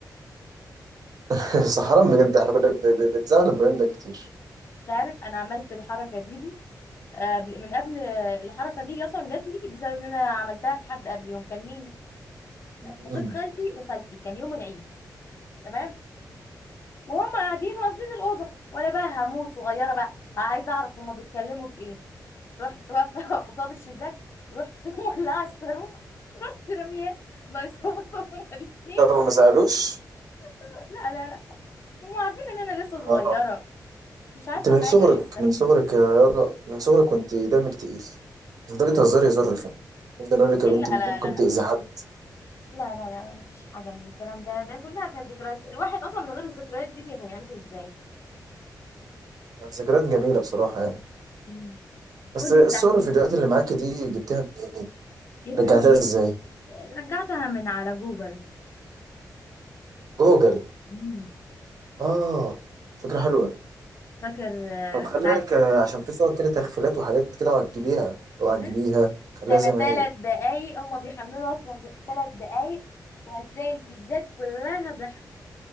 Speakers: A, on the right (about 60°); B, on the left (about 40°).
A: <laughs> بس حرام بجد احنا كنا ب- ب- بنزعل إبراهيم ده كتير
B: انت عارف انا عملت الحركه دي دي آه، من قبل الحركه دي اصلا جات لي بسبب ان انا عملتها في حد قبل يوم كان مين
A: مم.
B: خطيب خالتي وخالتي كان يوم العيد تمام وهم قاعدين واقفين الاوضه وانا بقى هموت صغيره بقى عايزه اعرف هم بيتكلموا في ايه رحت واقفه <laughs> قصاد الشباك رحت <laughs> مولعه الصاروخ رحت رمياه بيصوتوا هما الاثنين
A: لو ما زعلوش
B: <laughs> لا لا لا هم عارفين ان انا لسه صغيره
A: آه،
B: مش عارفه
A: انت من
B: حاجه
A: صغرك
B: لسه
A: من صغرك يا يارا من صغرك كنت دمك تقيل تفضلي تهزري هزار رخم تفضل اقول لك يا
B: ايه
A: بنتي
B: لا
A: ممكن
B: لا لا
A: تأذي
B: لا
A: حد
B: لا لا لا مفيش حاجه من الكلام ده ده كلها كانت ذكريات الواحد اصلا من غير الذكريات دي دي هيعيش ازاي
A: ذكريات جميلة بصراحة يعني
B: مم.
A: بس
B: قولي
A: الصور
B: انت احكي
A: الفيديوهات
B: لي
A: اللي معاكي دي جبتها منين؟
B: يا ابني
A: رجعتها ازاي؟
B: رجعتها من على جوجل
A: جوجل
B: مم.
A: اه فكرة حلوة
B: فاكر آه،
A: طب خلي
B: ساعة
A: بالك آه، عشان في صور كده تخفيلات وحاجات كده وعجبيها وعجبيها
B: مم.
A: خليها
B: ده انا
A: زي
B: ثلاث
A: ما هي
B: دقايق هما بيحملوا اصلا ثلاث دقايق وهتلاقي الفيديوهات كلها ضحك